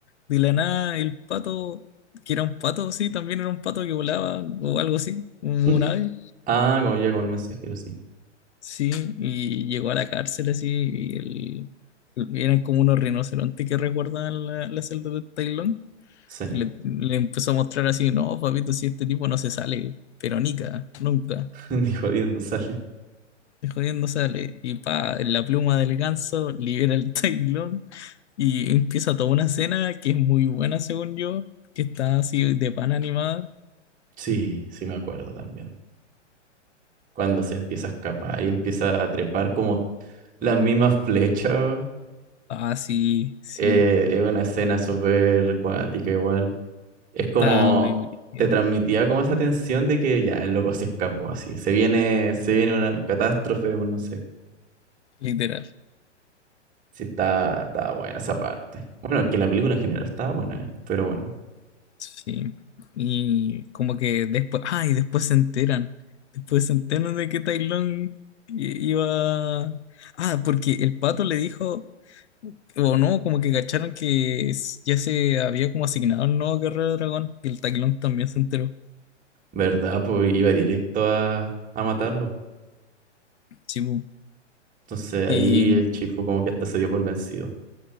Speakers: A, on the left (about 65°); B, on the right (about 20°).
A: de la nada el pato, que era un pato, sí, también era un pato que volaba o algo así, un
B: Mm,
A: un ave,
B: Ah, como ya como el mensajero, sí.
A: sí, y llegó a la cárcel así, y el- eran como unos rinocerontes que resguardaban la, la celda de Tailón,
B: Sí,
A: y le, le empezó a mostrar así, no, papito, si este tipo no se sale, pero nica, nunca,
B: <laughs> ni jodiendo sale.
A: de jodiendo sale, y pa, en la pluma del ganso libera el Tailón Y empieza toda una escena que es muy buena, según yo, que está así de pan animada.
B: Sí, sí me acuerdo también. Cuando se empieza a escapar y empieza a trepar como las mismas flechas, weón.
A: Ah, sí, sí,
B: Eh, es una escena súper cuática igual. Es
A: está
B: como,
A: muy brígida,
B: te transmitía como esa tensión de que ya el loco se escapó así. Se viene, se viene una catástrofe, o no sé.
A: literal.
B: Sí, está, está buena esa parte. Bueno, es que la película en general está buena, eh, Pero bueno.
A: Sí. Y como que después, ah, y después se enteran. Después se enteran de que Tai Lung i- iba. Ah, porque el pato le dijo, o no, como que cacharon que s- ya se había como asignado el nuevo guerrero dragón. Y el Tai Lung también se enteró.
B: ¿verdad? Pues iba directo a, a matarlo.
A: Sí, bu.
B: Entonces ahí
A: Y.
B: el Chifu como que hasta se dio por vencido.